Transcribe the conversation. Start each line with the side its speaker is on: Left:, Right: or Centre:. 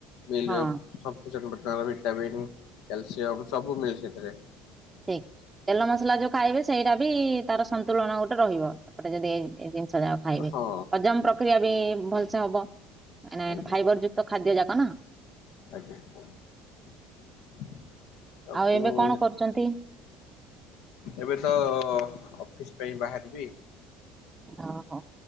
Left: ମିଲ
Right: ହଁ
Left: ସ <inaudible> ଭିଟାମିନ୍ କ୍ୟାଲସିୟମ୍ ସବୁ ମିଳେ ସେଥିରେ।
Right: ଠିକ୍ ତେଲ ମସଲା ଯୋଉ ଖାଇବେ ସେଇଟା ବି ତାର ସନ୍ତୁଳନ ଗୋଟେ ରହିବ ଏପଟେ ଯଦି ଯାହା ଖାଇବେ
Left: ହଁ
Right: ହଜମ ପ୍ରକ୍ରିୟା ବି ଭଲସେ ହବ। ଏଣେ
Left: ଆଜ୍ଞା
Right: ଫାଇବର ଯୁକ୍ତ ଖାଦ୍ୟ ଯାକ ନା।
Left: ଆଜ୍ଞା <unintelligible>
Right: ଆଉ ଏବେ କଣ କରୁଛନ୍ତି?
Left: ଏବେ ତ ଅଫିସ୍ ପାଇଁ ବାହାରିବି।
Right: ଓହୋ।